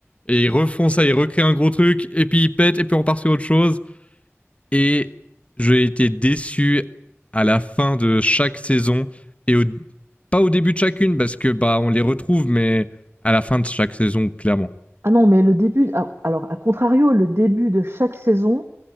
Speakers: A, on the left; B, on the right.
A: et ils refont ça, ils recréent un gros truc et puis ils pètent et puis on part sur autre chose Et j'ai été déçu à la fin de chaque saison et au- pas au début de chacune parce que bah on les retrouve, mais à la fin de chaque saison clairement.
B: Ah non, mais le début, ah, alors à contrario, le début de chaque saison,